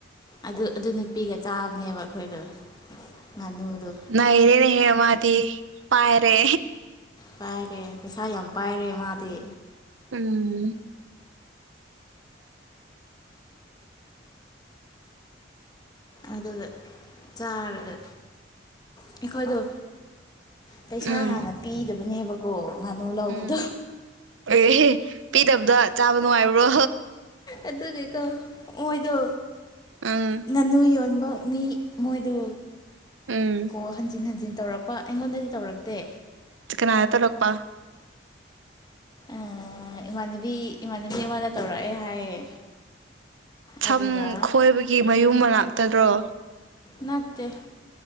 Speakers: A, on the left; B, on the right.
A: ꯑꯗꯨ ꯑꯗꯨ ꯅꯨꯄꯤꯒ ꯆꯥꯕꯅꯦꯕ ꯑꯩꯈꯣꯏꯗꯣ ꯉꯥꯅꯨꯗꯣ
B: ꯅꯩꯔꯦꯅꯦ ꯍꯦ ꯃꯥꯗꯤ ꯄꯥꯏꯔꯦ
A: ꯄꯥꯏꯔꯦ ꯄꯩꯁꯥ ꯌꯥꯝ ꯄꯥꯏꯔꯦ ꯃꯥꯗꯤ
B: ꯎꯝ
A: ꯑꯗꯨꯗ ꯆꯥꯔꯒ ꯑꯩꯈꯣꯏꯗꯣ ꯄꯩꯁꯥ
B: ꯎꯝ
A: ꯍꯥꯟꯅ ꯄꯤꯗꯕꯅꯦꯕꯀꯣ ꯉꯥꯅꯨ ꯂꯧꯕꯗꯣ
B: ꯎꯝ ꯑꯦꯍꯦ ꯄꯤꯗꯕꯗ ꯆꯥꯕ ꯅꯨꯡꯉꯥꯏꯕ꯭ꯔꯣ
A: ꯑꯗꯨꯒꯤꯀꯣ ꯃꯣꯏꯗꯣ
B: ꯎꯝ
A: ꯉꯥꯅꯨ ꯌꯣꯟꯕ ꯃꯤ ꯃꯣꯏꯗꯣ
B: ꯎꯝ
A: ꯑꯣ ꯍꯟꯖꯤꯟ ꯍꯟꯖꯤꯟ ꯇꯧꯔꯛꯄ ꯑꯩꯉꯣꯟꯗꯗꯤ ꯇꯧꯔꯛꯇꯦ
B: ꯀꯅꯗ ꯇꯧꯔꯛꯄꯥ
A: ꯑ ꯏꯃꯥꯟꯅꯕꯤ ꯏꯃꯥꯟꯅꯕꯤ ꯑꯃꯗ ꯇꯧꯔꯛꯑꯦ ꯍꯥꯏꯌꯦ
B: ꯁꯝ
A: ꯑꯗꯨꯒ
B: ꯈꯣꯏꯕꯒꯤ ꯃꯌꯨꯝ ꯃꯅꯥꯛꯇꯔꯣ
A: ꯅꯠꯇꯦ